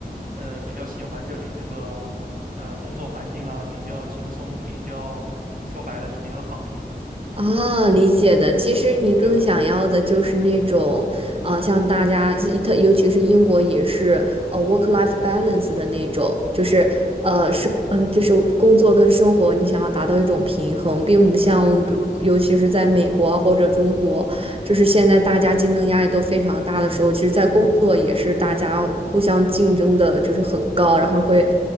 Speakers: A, on the right (about 55°); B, on the right (about 35°).
A: 呃，比较喜欢这里这个，呃，工作环境啊，比较轻松，比较说白了就比较躺平，
B: 啊，理解的。其实你更想要的就是那种，
A: 对吧？
B: 呃，像大家，特尤其是英国也是，呃，work-life balance 的那种，就是呃生，
A: 对
B: 嗯，就是工作跟生活，你想要达到一种平衡，并不像，
A: 对
B: 比如尤其是在美国啊或者中国，就是现在大家竞争压力都非常大的时候，其实，
A: 对。
B: 在工作也是大家互相竞争的，就是很高，然后会